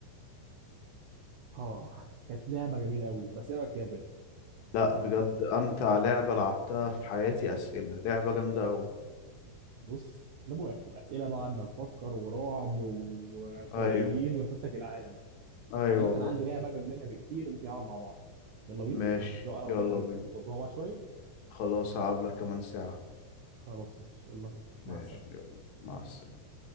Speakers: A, on the right; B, on the left.
A: اه كانت لعبه جميله قوي بس ايه رايك فيها بجد
B: لا
A: بصراحه
B: بجد امتع لعبة لعبتها في حياتي اسئلة لعبة جامدة اوي
A: بص لابو اخر اسئله بعد ما نفكر ورعب وفضائيين
B: ايوه
A: ولفتك العالم
B: ايوه
A: عامه
B: والله
A: عندي لعبه اجمد منها بكتير ممكن نلعب مع بعض يلا بينا
B: ماشي
A: زي قهوه
B: يلا
A: كده
B: بينا
A: نقضوها بعض شويه
B: خلاص هقابلك كمان ساعة
A: خلاص ماشي يلا بينا مع
B: ماشي
A: السلامه
B: يلا مع السلامة